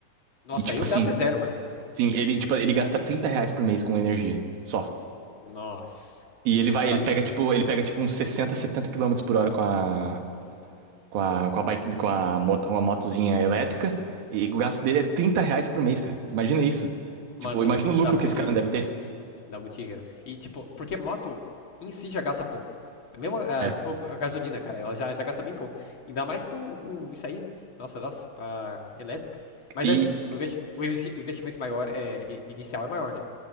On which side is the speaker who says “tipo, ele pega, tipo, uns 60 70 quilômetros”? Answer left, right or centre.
Right